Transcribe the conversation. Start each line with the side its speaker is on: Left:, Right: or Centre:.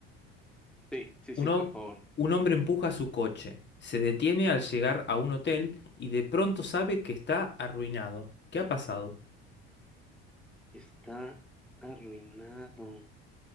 Centre: Sí, sí,
Left: un,
Centre: sí,
Left: hom-
Centre: por favor.
Left: un hombre empuja su coche. Se detiene al llegar a un hotel y de pronto sabe que está arruinado. ¿Qué ha pasado?
Centre: Está arruinado.